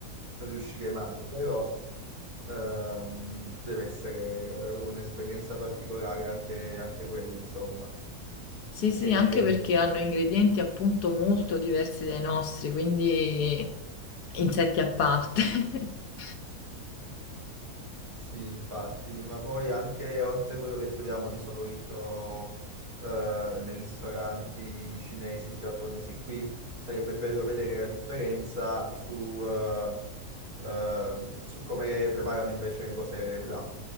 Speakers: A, on the right (about 65°); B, on the left (about 80°).
A: non riuscirei mai, però ehm, deve essere eh, un'esperienza particolare anche, anche quella, insomma.
B: Sì,
A: E...
B: sì, anche perché hanno ingredienti appunto molto diversi dai nostri, quindi insetti a parte. <laughs>
A: Sì, infatti, ma poi anche oltre a quello che troviamo di solito eh, nei ristoranti cinesi, giapponesi qui, sarebbe bello vedere la differenza su, eh, ehm, su come le preparano invece le cose là.